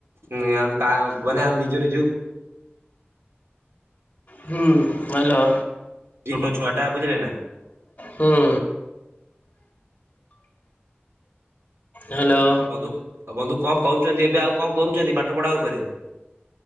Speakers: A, on the right; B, on the left.
A: ଉ ମାନେ ନିଜ ନିଜକୁ
B: ହୁଁ ହଲୋ।
A: ଛୋଟ ଛୁଆ ଟା ବୁଝିଲେ ନା।
B: ହୁଁ ହ୍ୟାଲୋ
A: ଆଉ ବନ୍ଧୁ ଆଉ ବନ୍ଧୁ କଣ କରୁଛନ୍ତି ଏବେ ଆଉ କଣ କରୁଛନ୍ତି ପାଠପଢା ଉପରେ।